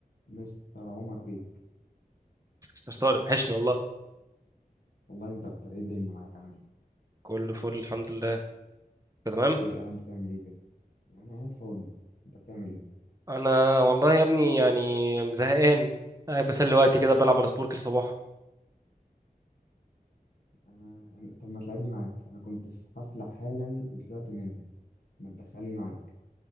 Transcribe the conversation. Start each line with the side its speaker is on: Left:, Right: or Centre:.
Left: مستر عمر بيه
Right: مستر طارق وحشني والله
Left: والله انت اكتر ايه الدنيا معاك عامل ايه
Right: كله فل الحمد لله أنت تمام
Left: ايه قاعد بتعمل ايه كده انا قاعد فاضي انت بتعمل ايه
Right: انا والله يا ابني يعني زهقان قاعد بسلي وقتي كده بلعب على سبورك الصباح
Left: انا أنا- طب ما تلعبني معاك انا كنت في حفلة حالا وطلعت منها ما تدخلني معاك